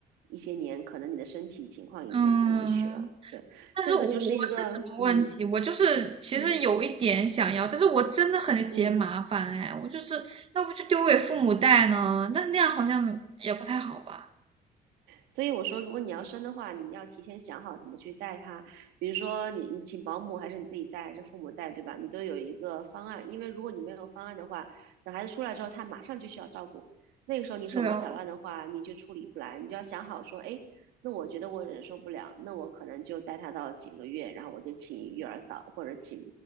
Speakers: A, on the right (about 85°); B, on the right (about 35°).
A: 一些年，可能你的身体情况已经不允许了。
B: 嗯，
A: 对，
B: 但是我我是什么问题？
A: 这个就是一个，嗯
B: 我就是其实有一点想要，
A: 嗯
B: 但是我真的很嫌麻烦哎，
A: 嗯。
B: 我就是要不就丢给父母带呢，那那样好像也不太好吧？
A: 所以我说，如果你要生的话，你要提前想好怎么去带他，比如说你你请保姆还是你自己带，还是父母带，对吧？你都有一个方案，因为如果你没有方案的话，等孩子出来之后，他马上就需要照顾，那个时候你手忙脚乱的话，
B: 对哦，
A: 你就处理不来，你就要想好说，哎。那我觉得我忍受不了，那我可能就带他到几个月，然后我就请育儿嫂或者请